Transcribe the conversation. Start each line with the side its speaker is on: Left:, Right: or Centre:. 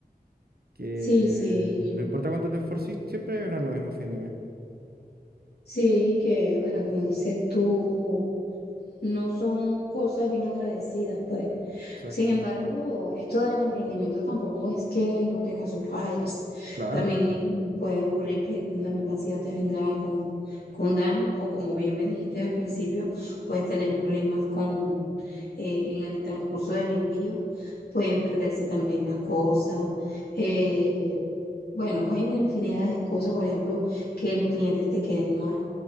Right: que
Left: Sí, sí,
Right: no importa cuánto te esforcís, siempre vas a ganar lo mismo a fin de mes.
Left: Sí, que bueno, como dices tú no son cosas bien agradecidas, pues.
Right: Exacto,
Left: Sin embargo, esto del emprendimiento tampoco es que no tenga sus fallas.
Right: claro.
Left: También puede ocurrir que la mercancía te venga con, con daño o como bien me dijiste al principio, puedes tener problemas con eh, en el transcurso del envío, pueden perderse también las cosas. eh, bueno, hay una infinidad de cosas, por ejemplo, que los clientes te queden mal.